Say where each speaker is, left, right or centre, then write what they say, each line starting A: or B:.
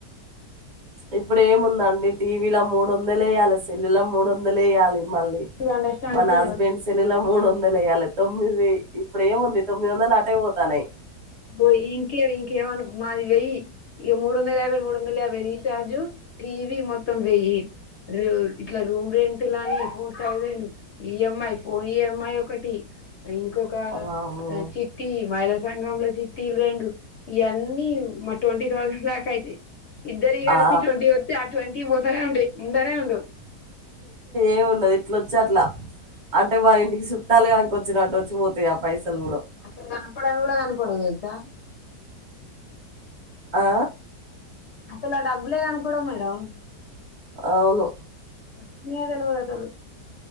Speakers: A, on the right; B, on the left.
A: ఇప్పుడేముందండీ టీవీలో మూడోందల్ ఏయాలె సెల్లు లో మూడోందల్ ఏయాలి మళ్ళీ
B: అండర్స్టాండ్
A: మన
B: తో
A: అస్బెండ్స్ తొమ్మిది మూడు వందలు వేయ్యాల తొమ్మిది ఇప్పుడు ఏముంది తొమ్మిది వందలు అటే పోతున్న <unintelligible>
B: బోయ్ ఈ ఇంట్లో ఇంకేమనక్ మాది వెయ్యీ ఇగ మూడోందల్ యాభై మూడోందల యాభై <unintelligible> చాజు టివి మొత్తం వెయ్యీ <unintelligible> ఇట్లా రూమ్ రెంటు <unintelligible> ఈఎంఐ <unintelligible> అమ్మాయి ఒకటీ ఇంకొకా
A: వామ్మో
B: చిట్టీ మైళ సంగంలో చి టీల్ గండూ ఇయన్నీ మ ట్వంటీ థౌసండ్ దాకా ఐతయ్ ఇద్దర్వి కలిపి
A: ఆ
B: ట్వంటీ <unintelligible> పోతనే ఉంటే ఉండనే ఉండవు
A: ఏముండదు ఇట్లా వచ్చి అట్ల అంటే మన ఇంటికి చుట్టాలుగాక వచ్చినట్టు వచ్చిపోతాయి ఆ పైసలు కూడ
B: అక్కడ కనపడదు కూడ కనపడదు తెల్సా
A: ఆ
B: అసలు ఆ డబ్బులే కనపవ మేడం
A: అవును
B: <unintelligible>